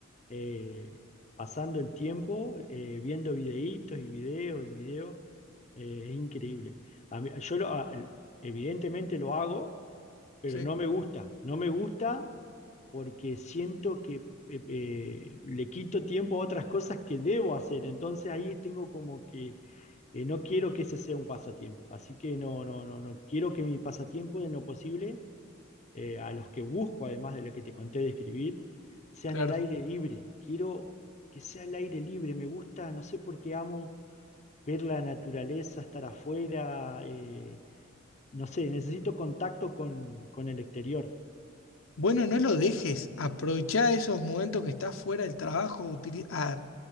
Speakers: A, on the left; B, on the left.
A: eh, pasando el tiempo eh, viendo videitos y videos y videos. Eh, es increíble. A mí- yo lo- a- evidentemente lo hago, pero
B: Sí,
A: no me gusta. No me gusta porque siento que eh, eh, le quito tiempo a otras cosas que debo hacer. Entonces ahí tengo como que eh, no quiero que ese sea un pasatiempo. Así que no, no, no, no quiero que mi pasatiempo en lo posible, eh, a los que busco, además de lo que te conté de escribir, sean
B: claro.
A: al aire libre. Quiero que sea al aire libre. Me gusta, no sé por qué amo ver la naturaleza, estar afuera. eh, no sé, necesito contacto con, con el exterior.
B: Bueno, no lo dejes. Aprovechá esos momentos que estás fuera del trabajo. utili- a-